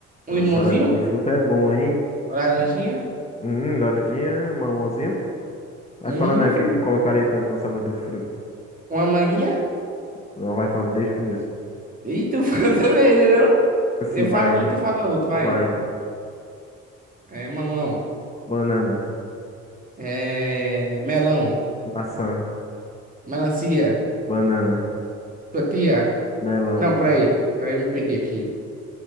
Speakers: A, on the right; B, on the left.
A: Um
B: Uma
A: limãozinho,
B: saladinha de fruta é bom, hein?
A: laranjinha.
B: Hum, laranjinha, mamãozinho. Vai
A: Hum,
B: falando aí o que é que tu colocaria tanto na salada de fruta.
A: uma manguinha.
B: Não, vai falando desde o começo.
A: E tu <laughs> fala também, entendeu?
B: Assim,
A: Eu falo
B: vai,
A: um e tu fala outro, vai.
B: vai.
A: É mamão.
B: Banana,
A: É melão.
B: maçã,
A: Melancia.
B: banana,
A: Tortilha.
B: melão,
A: Não, peraí. Peraí, me perdi aqui.